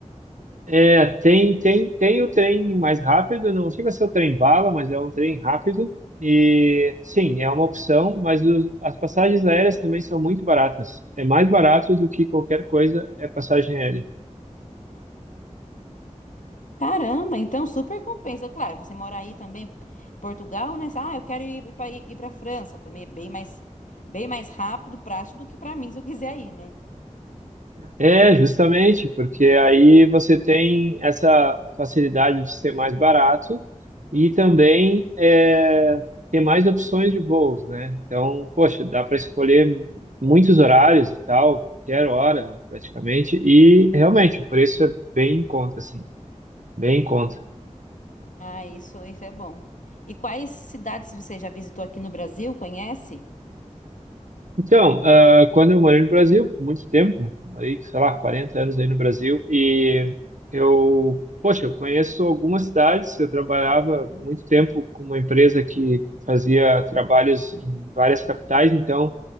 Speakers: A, on the right (about 75°); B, on the left (about 85°).
A: É, tem, tem, tem o trem mais rápido, não chega a ser o trem bala, mas é um trem rápido. E sim, é uma opção, mas os- as passagens aéreas também são muito baratas. É mais barato do que qualquer coisa é passagem aérea.
B: Caramba, então super compensa. Claro, você mora aí também, Portugal, né? Ah, eu quero ir para ir para França também, é bem mais bem mais rápido, prático do que para mim, se eu quiser ir, né?
A: É, justamente, porque aí você tem essa facilidade de ser mais barato e também é, ter mais opções de voos, né? Então, poxa, dá para escolher muitos horários e tal, qualquer hora praticamente, e realmente o preço é bem em conta, assim, bem em conta.
B: Ah, isso, isso é bom. E quais cidades você já visitou aqui no Brasil? Conhece?
A: Então, ah, quando eu morei no Brasil, por muito tempo, morei, sei lá, 40 anos aí no Brasil, e eu, poxa, eu conheço algumas cidades, eu trabalhava muito tempo com uma empresa que fazia trabalhos em várias capitais, então